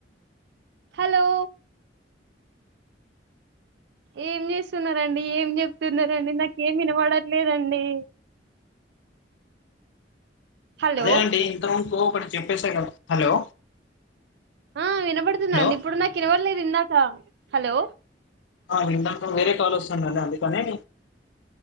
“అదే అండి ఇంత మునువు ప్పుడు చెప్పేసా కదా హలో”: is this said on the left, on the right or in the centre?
Left